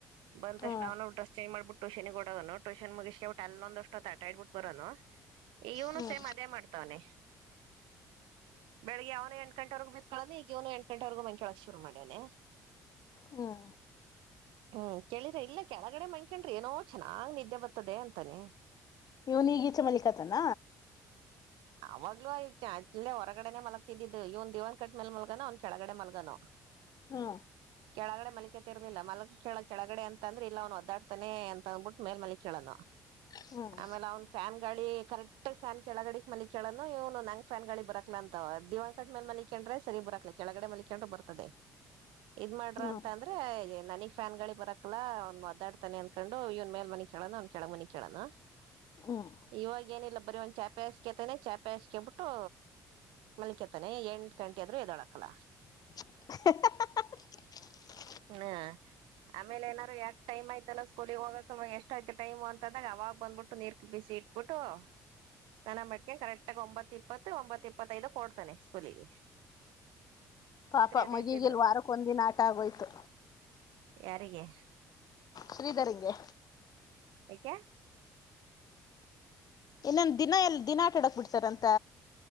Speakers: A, on the right; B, on the left.
A: ಬಂದ
B: ಹ್ಮ
A: ತಕ್ಷ್ ನಾವ್ ಡ್ರಸ್ ಚಂಜ್ ಮಾಡ್ಬಿಟ್ಟು ಟೂಷನಿಗೆ ಕೊಡಗನು ಟೂನ್ ಮುಗ್ಕಿಟ್ಟ ಅಲ್ಲೊಂದಷ್ಟೊ ತಟ ಆ ಇಡ್ಬಿಟ್ಟ ಬರೋನು ಇವನು
B: ಹ್ಮ್
A: ಸೇಮ್ ಅದೇ ಮಾಡ್ತವನೆೆ ಬೆಳಗ್ಗೆವನನೆ ಎಂಟಂಟೆರೆಗೂ ಬಿತ್ಕಳೊಂಡೆ ಈಗ ಇವನ ಎಂ ಗಂಟವರೆಗಂಚೊಳ ಶುರು ಮಾಡ್ಯವನೆ
B: ಹ್ಮ್
A: ಹ್ಮ್ ಕೇಳ್ರ ಇಲ್ಲ ಕೆಳಗಡೆ ಮಂಕಂಡ್ರಿ ಏನೋ ಚೆನ್ನಾಗ್ ನಿದ್ದೆ ಬರ್ತದೆ ಅಂತಾನೆ
B: ಇವನ ಈಗೀಚೆ ಮಲ್ಲಿಕತಾನ
A: ಅವಾಗ್ಲೂಹೊರಗಡೆನೆ ಮಲಗ್ತಿದ್ದು ಇವನ್ ದಿವನ್ ಕಟ್ಲೆ ಮಲ್ಗಾನ ಒಂದ್ ಕೆಳಗಡೆ ಮಲ್ಗಾನ
B: ಹ್ಮ
A: ಕೆಳಗಡೆ ಮಲಿಕೆತಿರ್ಲಿಲ್ಲ ಮಲ್ಗ್ ಕೇಳೋ ಕೆಳಗಡೆ ಅಂತ ಅಂದ್ರೆ ಇಲ್ಲ ಅವನು ಒದಾಡ್ತಾನೆ ಅಂತಂದಬಿಟ್ಟು ಮೇಲ್ ಮಲಿ ಕೇಳೋ
B: ಹ್ಮ್
A: ಆಮೇಲೆ ಅವ್ನ್ ಫ್ಯಾನ್ ಗಳಿ ಕರೆಕ್ಟ್ ಫ್ಯಾನ್ ಕೆಳಗಡೆಕ್ ಮ ಕೇಳನು ಇವನು ನಂಗ್ ಫ್ಯಾನ್ ಗಳಿ ಬರಾಕ್ಲ ಅಂತ ದಿವಾಕಟ್ ಮೇಲ್ ಮಲಕೊಂಡ್ರೆ ಸರಿ ಬರಕ್ಲ ಕೆಳಗಡೆ ಮಲಕೊಂಡ್ರೆ ಬರ್ತದೆ ಇದ್ ಮಾಡ್ರ
B: ಹ್ಮ್
A: ಅಂತ ಅಂದ್ರೆ ನನಗ್ ಫ್ಯಾನ್ ಗಳಿ ಬರಕಲ್ಲ ಒ ಒದ್ದಾಡ್ತಾನೆ ಅಂದಕೊಂಡು ಇವನ್ ಮೇಲ್ ಮನೆ ಒಂದ್ ಕೆಳ ಮುನಿ ಕೇಳೋನು
B: ಹ್ಮ್
A: ಇವಾಗ ಏನಿಲ್ಲ ಬರರಿ ಒಂದ್ ಚಾಪೆ ಹಸ್ಕೇತಾನನೆ ಚಾಪೆ ಬೇಸ್ಕಬಿಟ್ಟು ಮಲ್ಕತಾನೆ ಎಂಟು ಗಂಟೆ ಆದ್ರೂ ಎದಳಕಲ್ಲ
B: <inaudible>
A: ಹ್ಮ ಆಮೇಲೆ ಏನಾರು ಯಾಕ್ ಟೈಯತಲ್ಲ ಸ್ಕಲಲಿ ಹೋಗಕ್ ಎಷ್ಟ ಆಯ್ತ ಟೈಮ್ ಅಂದಾಗ ಅವಾಗ ಬಂದ್ಬಿಟ್ಟು ನೀರ್ ಬಿಸಿ ಇಟ್ಟುಬಿಟ್ಟು ಸ್ನಾನ ಮಾಡ್ಕ ಕರೆಕ್ಟ್ಗ ಒಂಬತ್ ಇಪ್ಪತ್ತು ಒಂಬತ್ ಇಪ್ಪತ್ತೈದು ಕೊಡ್ತಾನೆ ಸ್ಕೂಲಿಗೆ <inaudible>
B: ಪಾಪ
A: ಅದೇಂತಿದ್ರು
B: ಮಗಿಗಿಲ ವಾರಕ್ಕ ಒಂದ ದಿನ ಆಟ ಆಗೋಯ್ತು
A: ಯಾರಿಗೆ
B: ಶ್ರೀಧರಗೆ
A: ಏಕೆ
B: ಇನ್ನೊಂದ ದಿನಾ ಎಲ್ ದಿನಾ ಆಟಾಡಕ್ ಬಿಡ್ಸರ್ ಅಂತ